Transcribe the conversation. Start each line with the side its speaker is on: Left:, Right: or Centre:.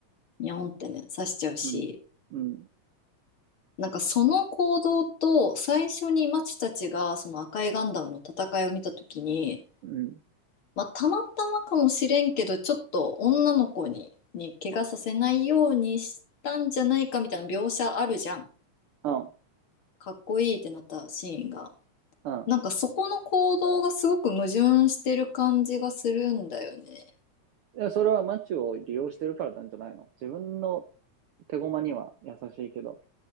Left: ニャオンってね刺しちゃうし
Right: うん。うん。
Left: なんかその行動と最初にマチたちがその赤いガンダムの戦いを見た時に、
Right: うん。
Left: まあ、たまたまかもしれんけどちょっと女の子に、に怪我させないようにしたんじゃないかみたいな描写あるじゃん。
Right: うん。
Left: かっこいいってなったシーンが。
Right: うん。
Left: なんかそこの行動がすごく矛盾してる感じがするんだよね。
Right: いや、それは街を利用してるからなんじゃないの自分の手駒には優しいけど、